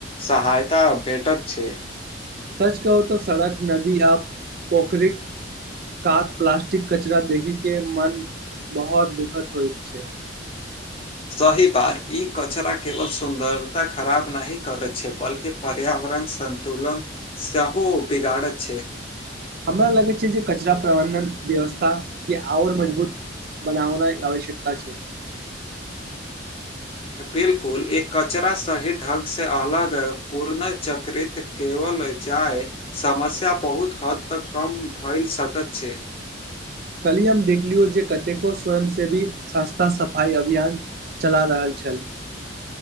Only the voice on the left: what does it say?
सहायता भेटक छै
सही बात ई कचरा केवल सुन्दरता खराब नहि करैत छै बल्कि पर्याप्त वरण सन्तुलन सहो बिगाड़ैत छै
बिल्कुल एक कचरा सही ढंग से आलाग पूर्णःचक्रित केवल जाय समस्या बहुत हद तक कम भए सकैत छै